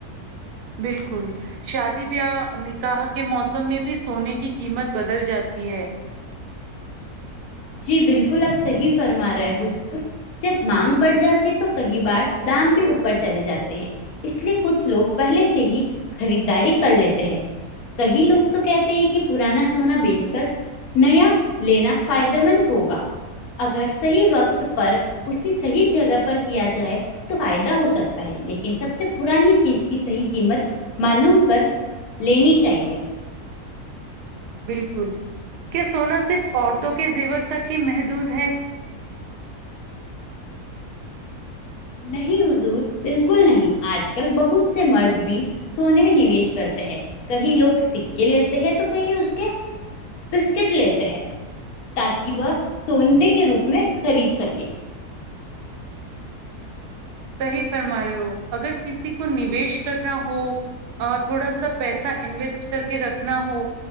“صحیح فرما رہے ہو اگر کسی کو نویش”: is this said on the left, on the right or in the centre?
Right